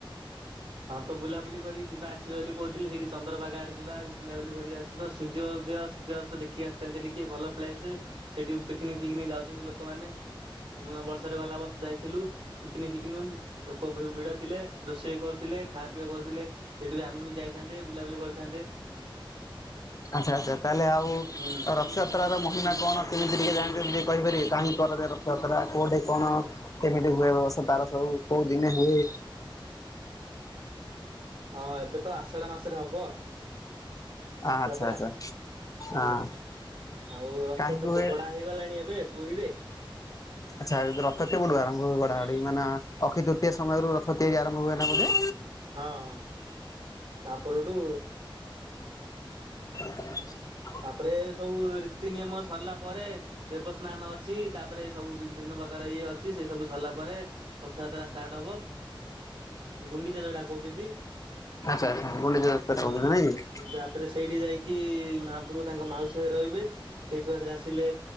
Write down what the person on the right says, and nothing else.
ହଁ ତ ବୁଲାବୁଲି କରିକି ଯିବା ଆସିବା ବୋଲି କହୁଥିଲି ସେଠି ଚନ୍ଦ୍ରପାଗା ଆଡେ ଯିବା ବୁଲାବୁଲି କରି ଆସିବା ସୂର୍ଯ୍ୟ ସୂ ସୂର୍ଯଯ୍ୟସ୍ତ ଦେଖି ଆସିଥାନ୍ତି ଟିକେ ଭଲ ପ୍ଲେସ ସେଠି ପିକନିକ ଫିକନିକ ଯାଉଛନ୍ତି ଲୋକମାନେ। ନୂଆ ବର୍ଷରେ ଗଲା ବର୍ଷ ଯାଇଥିଲୁ ପିକନିକ ଫିକନିକ ଲୋକ ଭିଡ ଥିଲେ। ରୋ ସେେଇ କ ଥିଲେ ଖାବା ପିଇ କରୁଥିଲେ ସେଇଠି ବି ଆମେ ଯାଇଥାନ୍ତେ ବୁଲାବୁଲି କରିଥାନ୍ତେ।
ହୁଁ।
<inaudible> ହଁ ଏବେ ତ ଆଷାଢା ମାସରେ ହବ। ରଥଯାତ୍ରା
ହୁଁ।
ଆଉ ରଥ
ତ
ଗୋଡା ହେଇଗଲାଣି ଏବେ ପୁରୀରେ।
ହୁଁ
ହଁ ତାପରଠୁ।
ତାପରେ ସବୁ ରୀତି ନିିୟମ ସରିଲା ପରେ ଦେବସ୍ନାନ ଅଛି ତାପରେ ସବୁ ବିଭିନ୍ନ ପ୍ରକାର ଇଏ ଅଛି ସେ ସବୁ ସରିଲା ପରେ ରଥଯାତ୍ରା ଷ୍ଟାର୍ଟ ହବ। ଗୁଣ୍ଡିଚା ଦଡା କହୁଛନ୍ତି।
ହୁଁ
ରାତିରେ ସେଇଠି ଯାଇକି ମ ପୂ ପର୍ବ ତାଙ୍କ ମାଉସୀ ଘରେ ରହିବେ ସେଇଠୁ ଆଥରେ ଆସିଲେ